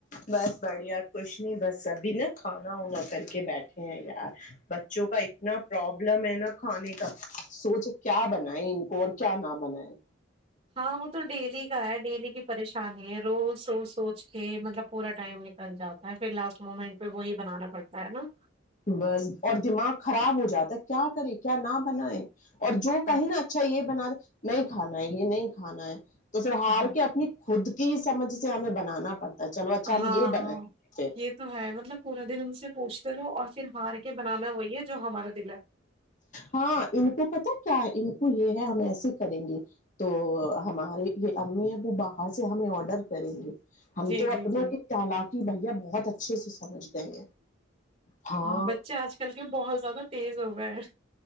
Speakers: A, on the left; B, on the right.
A: بس بڑھیا کچھ نہیں بس سبھی نا کھانا وناا کر کے بیٹھے ہیں یار بچوں کا اتنا پرابلم ہے نا کھانے کا سوچ کیا بنائے ان کو اور کیا نہ بنائے
B: ہاں وہ تو ڈیلی کا ہے ڈیلی کی پریشانی ہے روز سو سوچ یہ مطلب پورا ٹائم نکل جاتا ہے پھر لاسٹ مومنٹ پہ وہی بنانا پڑتا ہے نا
A: بس اور دماغ خراب ہو جاتا ہے کیا کرے کیا نہ بنائے اور جو
B: ہاں
A: کہیں نا اچھا یہ بنا رہ نہیں کھانا ہے یہ نہیں کھانا ہے تو س ہار
B: ہاں
A: کے اپنی خود کی سمجھ سے ہمیں بنانا پڑتا ہے چلو اچھا ہم
B: ہاںاں
A: یہ بنائیں گے پھر
B: یہ تو ہے مطلب پورا دن ان سے پوچھتے و اور پر ہار کے بنانا وہی ہے جو ہمارا دل ہے
A: ہاں ان کو پتا کیا ان کو یہ ہے ہم ایسے کریں گے تو ہمارے یہ امی ہے وہ باہر سے ہمیں آڈر کریں گے ہم
B: جی
A: تو اپنے
B: جی جی
A: کے تالقی بھیا بہت اچھے سے سمجھ گئے ہیں ہاں
B: بچے آج کل کے بہت زیادہ تیز ہو گئے ہیں